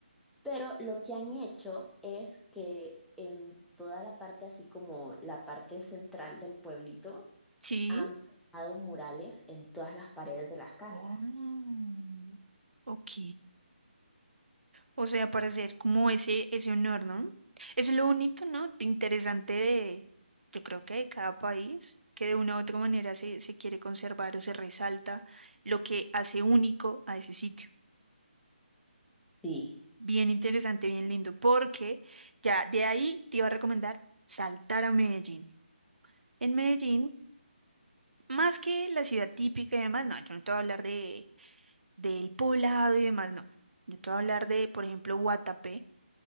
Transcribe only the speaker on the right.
Sí.
Oh, ok. O sea, para hacer como ese, ese honor, ¿no? Eso es lo bonito, ¿no? de Interesante de, yo creo que de cada país, que de una u otra manera se, se quiere conservar o se resalta lo que hace único a ese sitio.
Bien interesante, bien lindo, porque ya de ahí te iba a recomendar saltar a Medellín. En Medellín, más que la ciudad típica y demás, no, yo no te voy a hablar del poblado y demás, no. Yo te voy a hablar de, por ejemplo, Guatapé